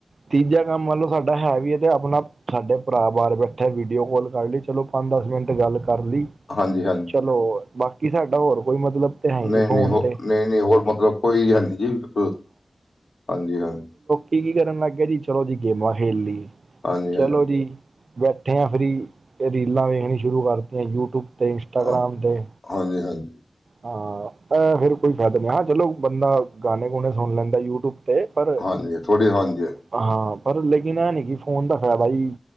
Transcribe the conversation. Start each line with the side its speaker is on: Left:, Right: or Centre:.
Right: ਤੀਜਾ ਕੰਮ ਮੰਨ ਲਓ ਸਾਡਾ ਹੈ ਵੀ ਹੈ ਤੇ ਆਪਣਾ ਸਾਡੇ ਭਰਾ ਬਾਹਰ ਬੈਠਿਆ ਵੀਡੀਓ ਕਾਲ ਕਰ ਲਈ ਚਲੋ ਪੰਜ- ਦਸ ਮਿੰਟ ਗੱਲ ਕਰ ਲੀ।
Left: ਹਾਂਜੀ ਹਾਂਜੀ।
Right: ਚਲੋ ਬਾਕੀ ਸਾਡਾ ਹੋਰ ਕੋਈ ਮਤਲਬ ਤੇ ਹੈ
Left: ਨਹੀਂ
Right: ਫੋਨ
Left: ਨਹੀਂ ਹੋ
Right: ਤੇ
Left: ਨਹੀਂ ਨਹੀਂ ਹੋਰ ਮਤਲਬ ਕੋਈ ਹੈਨ ਜੀ, ਬਿਲਕੁਲ ਹਾਂਜੀ ਹਾਂਜੀ।
Right: ਕੀ-ਕੀ ਕਰਨ ਲੱਗਗੇ ਜੀ ਚਲੋ ਜੀ ਗੇਮਾ ਖੇਲ ਲਈ,
Left: ਹਾਂਜੀ ਹਾਂਜੀ
Right: ਚਲੋ ਜੀ। ਬੈਠੇ ਹਾਂ ਫਰੀ ਉਹ ਰੀਲਾਂ ਵੇਖੀਆਂ ਸ਼ੁਰੂ ਕਰਤੀਆਂ ਯੂਟਿਊਬ 'ਤੇ ਇੰਸਟਾਗ੍ਰਾਮ
Left: ਹਾਂ,
Right: 'ਤੇ
Left: ਹਾਂਜੀ ਹਾਂਜੀ।
Right: ਹਾਂ ਇਹ ਫੇਰ ਕੋਈ ਫੈਦਨਾ ਹ ਚਲੋ ਬੰਦਾ ਗਾਣੇ- ਗੁਣੇ ਸੁਣ ਲੈਂਦਾ ਯੂਟਿਊਬ ਤੇ ਪਰ
Left: ਹਾਂਜੀ ਥੋੜੀ ਹਾਂਜੀ
Right: ਹਾਂ ਪਰ ਲੇਕਿਨ ਇਹ ਨੀ ਕਿ ਫੋਨ ਦਾ ਫਾਇਦਾ ਹੀ,